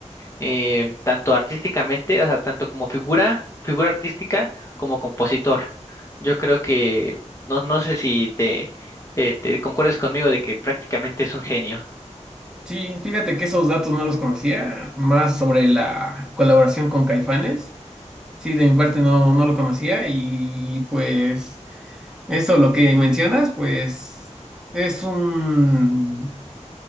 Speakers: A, on the left; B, in the centre.
A: eh, tanto artísticamente, o sea, tanto como figura, figura artística, como compositor. Yo creo que, no, no sé si te, te, te concuerdes conmigo de que prácticamente es un genio.
B: Sí, fíjate que esos datos no los conocía, más sobre la colaboración con Caifanes. Sí, de mi parte no, no lo conocía y pues eso, lo que mencionas, pues es un